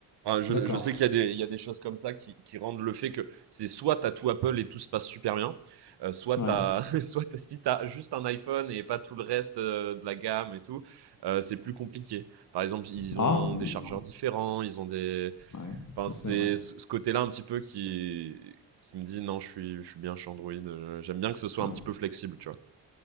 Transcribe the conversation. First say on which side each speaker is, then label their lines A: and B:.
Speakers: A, on the right (about 65°); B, on the left (about 45°).
A: Enfin, je,
B: D'accord,
A: je sais qu'il y a des, il y a des choses comme ça qui, qui rendent le fait que c'est soit t'as tout Apple et tout se passe super bien, euh, soit
B: ouais.
A: t'as, <laughs> soit t'as- si t'as juste un iPhone et pas tout le reste euh, de la gamme et tout, euh, c'est plus compliqué. Par exemple, ils
B: Ah,
A: ont
B: mmh,
A: des chargeurs différents, ils ont des,
B: ouais,
A: enfin,
B: ça,
A: c'est
B: c'est vrai.
A: ce ce côté-là un petit peu qui, qui me dit non, je suis, je suis bien chez Android. euh, j'aime bien que ce soit
B: Ouais.
A: un petit peu flexible, tu vois.